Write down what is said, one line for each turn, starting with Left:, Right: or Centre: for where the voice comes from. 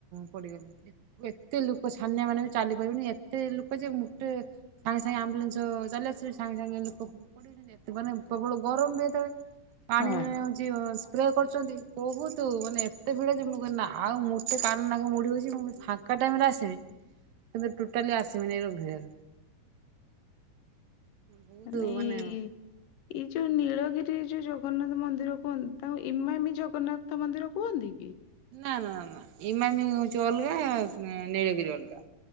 Right: ପଡିଗଲେ ଏ ଏତେ ଲୋକ ଛାନିଆ ମାନିଆ କ ଚାଲିପାରିବୁନି ଏତେ ଲୋକ ଯେ ମୋଟେ ସାଙ୍ଗେ ସାଙ୍ଗେ ଆମ୍ବୁଲାନ୍ସ ଚାଲି ଆସିଚି ସାଙ୍ଗେ ସାଙ୍ଗେ ଲୋକ <unintelligible> ଏତେ ଏତେ ମାନେ ପ୍ରବଳ ଗରମ ବି ଏତେବେଳେ ପାଣି
Left: ହଁ।
Right: ଚି ସ୍ପ୍ରେ କରୁଛନ୍ତି ବୋହୁତୁ ମାନେ ଏତେ ଭିଡ଼ ଯେ ମୁଁ କନି ନା ଆଉ ମୋତେ କାନ ନାକ ମୁଡ଼ି ହେଉଛି ମୁଁ ଫା ଙ୍କା ଟାଇମ ରେ ଆସିବି କିନ୍ତୁ ଟୋଟାଲି ଆସିବିନି ଏଇ ଯୋଉ ଭିଡ଼ରେ। ବହୁତ
Left: <unintelligible> ଏଇ
Right: ମାନେ
Left: ଯୋଉ ନୀଳଗିରି ଯୋଉ ଜଗନ୍ନାଥ ମନ୍ଦିର କୁହନ୍ତି ତାଙ୍କୁ ଇମାମି ଜଗନ୍ନାଥ ମନ୍ଦିର କୁହନ୍ତି କି।
Right: ନା ନା ନା ଇମାମି ହୋଊଚି ଅଲଗା ନି ନୀଳଗିରି ଅଲଗା।